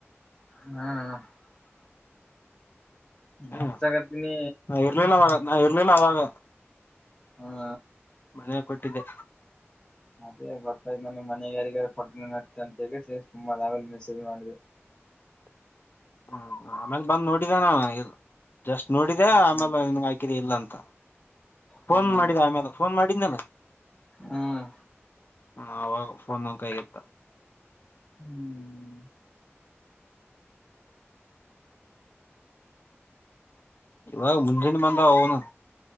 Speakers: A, on the left; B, on the left.
A: ಹ್ಮ್ ಹ್ಮ್
B: ಹ
A: ಅತ್ಸಗತ್ನಿ.
B: ನಾ ಇರ್ಲಿಲ್ಲ ಅವಾಗ ನಾ ಇರ್ಲಿಲ್ಲ ಅವಾಗ.
A: ಹಾ
B: ಮನೆ ಕೊಟ್ಟಿದ್ದೆ.
A: ಅದೇ ಗೊತ್ತಾಯತ ನನ್ನ ಮನೆಗಾರಿಗಾರ ಪಟ ನ ಅಂತ ಸುಮ್ಮ ಆವೇಲೆ ಮೆಸೇಜ್ ಮಾಡಿದೆ.
B: <inaudible> ಹ್ಮ ಆಮೇಲ್ ಬಂದ್ ನೋಡಿದ ನಾನು ಇ ಜಸ್ಟ್ ನೋಡಿದೆ
A: ಹ್ಮ್
B: ಆಮೇಲೆ ನಿನ್ ಹಾಕಿದೆ ಇಲ್ಲಂತ.
A: ಹ್ಮ್
B: ಫೋನ್ ಮಾಡಿದ ಆಮೇಲೆ ಫೋನ್ ಮಾಡಿದ್ನಲ್ಲ.
A: ಹ್ಮ್
B: ಹ ಅವಾಗ ಫೋನ ಕೈಗೆತ್ತ.
A: ಹ್ಮ್
B: ಇವಾಗ ಮುಂಜಾನೆ ಬಂದ ಅವ್ನು